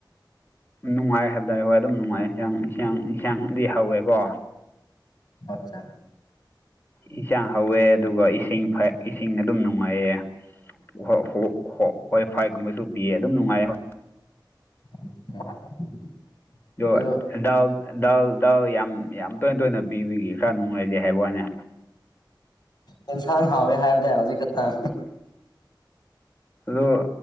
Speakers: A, on the left (about 25°); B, on the left (about 55°).
A: ꯅꯨꯡꯉꯥꯏ ꯍꯥꯏꯕ ꯇꯥꯔꯦ ꯍꯣꯏ ꯑꯗꯨꯝ ꯅꯨꯡꯉꯥꯏ ꯏꯟꯁꯥꯡ ꯏꯟꯁꯥꯡ ꯏꯟꯁꯥꯡꯗꯤ ꯍꯧꯋꯦꯀꯣ
B: ꯑꯆꯥ
A: ꯏꯟꯁꯥꯡ ꯍꯧꯋꯦ ꯑꯗꯨꯒ ꯏꯁꯤꯡ ꯏꯁꯤꯡ ꯑꯗꯨꯝ ꯅꯨꯡꯉꯥꯏꯌꯦ ꯍꯣꯏ ꯍꯣꯏ ꯍꯣꯏ ꯍꯣꯏ ꯋꯥꯏ-ꯐꯥꯏꯒꯨꯝꯕꯁꯨ ꯄꯤꯌꯦ ꯑꯗꯨꯝ ꯅꯨꯡꯉꯥꯏ ꯍꯣꯏ
B: <inaudible>
A: ꯑꯗꯣ
B: ꯑꯗꯨ
A: ꯗꯥꯜ ꯗꯥꯜ ꯗꯥꯜ ꯌꯥꯝ ꯌꯥꯝ ꯇꯣꯏꯅ ꯇꯣꯏꯅ ꯄꯤꯕꯒꯤ ꯈꯔ ꯅꯨꯡꯉꯥꯏꯖꯦ ꯍꯥꯏꯕ ꯋꯥꯅꯦ
B: ꯌꯦꯁꯥꯡ ꯍꯥꯎꯋꯦ ꯍꯥꯏꯕꯗꯥꯏ ꯍꯧꯖꯤꯛ ꯈꯛꯇꯪ
A: ꯑꯗꯣ